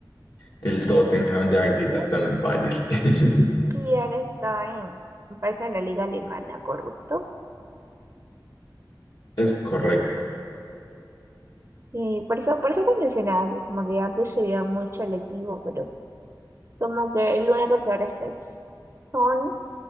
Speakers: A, on the left; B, on the right.
A: del Tottenham, ya que
B: Ellos
A: ya está en el Bayern. <laughs>
B: sí han estado en, me parece en la liga alemana, correcto.
A: Es correcto.
B: Y por eso, por eso te mencionaba que como que antes se veía mucho el equipo, pero como que el único que ahora está es Son.